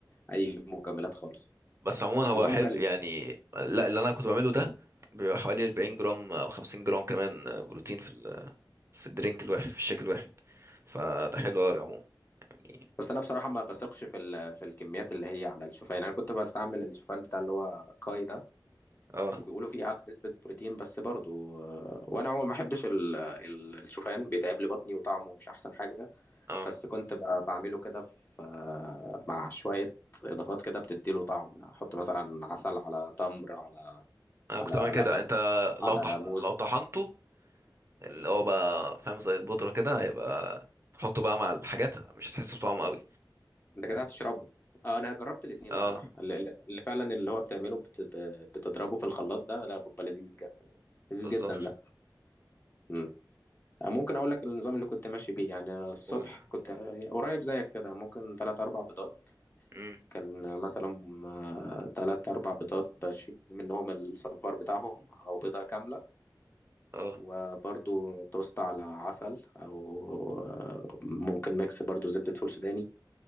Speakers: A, on the left (about 30°); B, on the right (about 35°).
A: أي مكملات خالص
B: بس عموما هو
A: الموضوع
B: حلو
A: مكلف
B: يعني لا اللي انا كنت بعمله ده بيبقى حوالي 40 جرام او 50 جرام كمان بروتين في ال... في الدرينك الواحد في الشيك الواحد فده حلو قوي عموما يعني
A: بس انا بصراحه ما بثقش في ال... في الكميات اللي هي على الشوفان يعني انا كنت بستعمل الشوفان بتاع اللي هو كاي ده
B: اه
A: كانوا بيقولوا فيه اعلى نسبه بروتين بس برضو آه، وانا عموما ما بحبش ال... ال- الشوفان بيتعب لي بطني وطعمه مش احسن حاجه
B: اه
A: بس كنت ب... بعمله كده في آه، مع شويه اضافات كده بتديله طعم احط مثلا عسل على تمر على
B: انا
A: على
B: كنت بعمل كده
A: لبن
B: انت لو
A: على
B: طح...
A: موز
B: لو طحنته اللي هو بقى فاهم زي البودرة كده هيبقى تحطه بقى مع الحاجات مش هتحس بطعمه قوي
A: انت كده هتشربه اه انا جربت الاتنين
B: اه
A: بصراحه اللي, اللي فعلا اللي هو بتعمله بت... بتضربه في الخلاط ده ده بيبقى لذيذ جدا لذيذ
B: بالظبط
A: جدا ده مم. ممكن اقول لك النظام اللي كنت ماشي بيه يعني الصبح
B: قول
A: كنت قريب زيك كده ممكن تلات اربع بيضات
B: امم
A: كان مثلا آه، تلات اربع بيضات بشيل منهم الصفار بتاعهم او بيضة كاملة
B: اه
A: وبرضو توست على عسل او آه، ممكن ميكس برضو زبدة فول سوداني